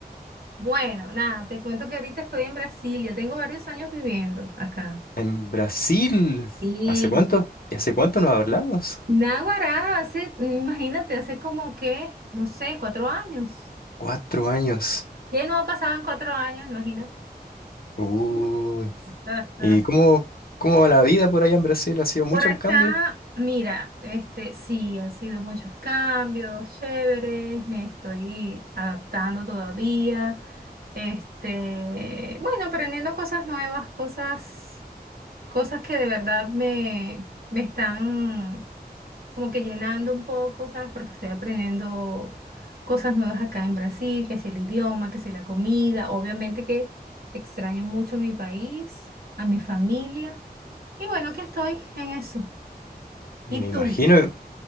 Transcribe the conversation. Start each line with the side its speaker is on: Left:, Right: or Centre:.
Right: bueno, nada, te cuento que ahorita estoy en Brasil, ya tengo varios años viviendo acá.
Left: En Brasil.
Right: Y
Left: ¿Hace cuánto? ¿Y hace cuánto nos hablamos?
Right: Naguará, hace, imagínate, hace como que, no sé, cuatro años.
Left: Cuatro años.
Right: ¿Qué no ha pasado en cuatro años? Imagínate.
Left: Uy.
Right: <laughs>
Left: ¿Y cómo, cómo va la vida por allá en Brasil? ¿Ha sido mucho
Right: Por acá,
Left: el cambio?
Right: mira, este sí, han sido muchos cambios, chéveres, me estoy adaptando todavía. Este, bueno, aprendiendo cosas nuevas, cosas, cosas que de verdad me, me están como que llenando un poco, ¿sabes? Porque estoy aprendiendo cosas nuevas acá en Brasil, que si el idioma, que si la comida, obviamente que extraño mucho mi país, a mi familia, y bueno, que estoy en eso.
Left: Me
Right: ¿Y
Left: imagino.
Right: tú?